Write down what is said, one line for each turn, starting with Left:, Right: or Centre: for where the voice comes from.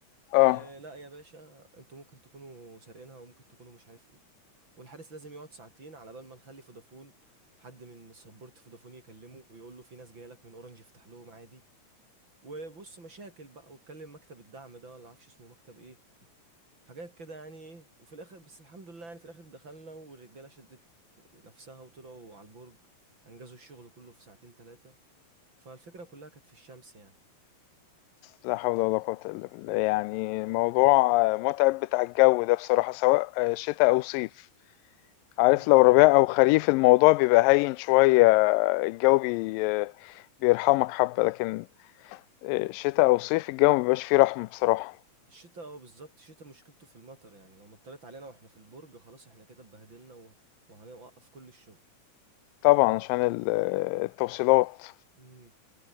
Right: اه
Left: اه
Right: لا يا باشا انتوا ممكن تكونوا سارقينها وممكن تكونوا مش عارف ايه والحارس لازم يقعد ساعتين على بال ما نخلي فودافون حد من سبورت فودافون يكلمه ويقول له في ناس جايه لك من اورنج افتح لهم عادي وبص مشاكل بقى واتكلم مكتب الدعم ده ولا عارفش اسمه مكتب ايه، حاجات كده يعني ايه وفي الاخر بس الحمد لله يعني في الاخر دخلنا والرجاله شدت نفسها وطلعوا على البرج انجزوا الشغل كله في ساعتين ثلاثه فالفكره كلها كانت في الشمس يعني
Left: لا حول ولا قوة إلا بالله يعني موضوع متعب بتاع الجو ده بصراحة سواء شتاء أو صيف عارف
Right: امم
Left: لو ربيع أو خريف الموضوع بيبقى هين شوية الجو بي بيرحمك حبة لكن شتاء أو صيف الجو مبيبقاش فيه رحمة بصراحة
Right: الشتاء اه بالظبط الشتاء مشكلته في المطر يعني لو مطرت علينا واحنا في البرج خلاص احنا كده اتبهدلنا وه- وهنوقف كل الشغل
Left: طبعا عشان ال- التوصيلات
Right: امم